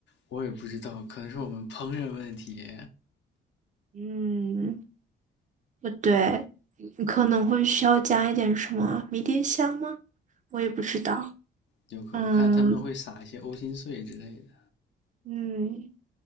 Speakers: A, on the left; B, on the right.
A: 我也不知道，可能是我们烹饪问题，
B: 嗯，不对，你可能会需要加一点什么迷迭香吗？我也不知道。
A: 有可我看他们会撒一些欧芹碎之类的。
B: 嗯嗯。